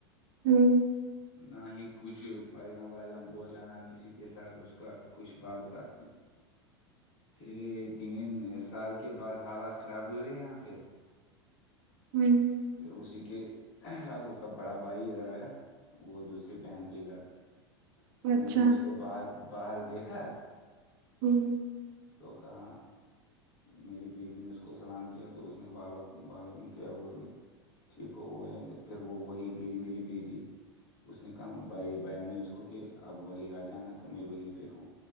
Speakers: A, on the right; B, on the left.
A: ہوں <inaudible>
B: ہ <inaudible> نہ ہی کچھ پیغام ویغام پہ جان نہ کسی کے ساتھ اس کا کچھ بات سات کی تریے تین سال کے بعد حالات خراب ہوئے ہیں یہاں پہ
A: ہوں <inaudible>
B: پھر اسی کے ساتھ اس کا بڑا بھائی ادھر آیا وہ دوسریے بہن کے گھر پھر انہوں
A: اچھا
B: نے اس کو باہر باہر دیکھا
A: ہوں <inaudible> <inaudible>
B: تو کہاں میری بی بیی نے اس کو سلام کیا تو اس نے وال وعلیکم کیا اور ٹھیک ہو ہوئے ہیں تو پھر وہ وہی گئی میری بیوی اس نے کہا بائی بیانی اس کو کہ اب وہی آ جانا تو میں وہی پہ ہوں